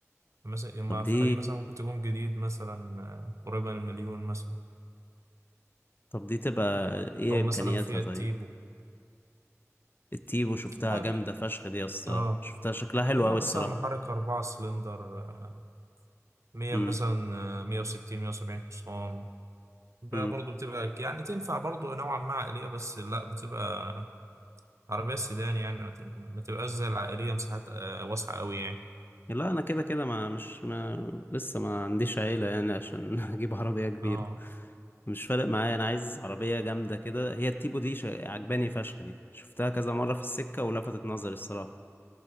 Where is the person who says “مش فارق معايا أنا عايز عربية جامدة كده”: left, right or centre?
Left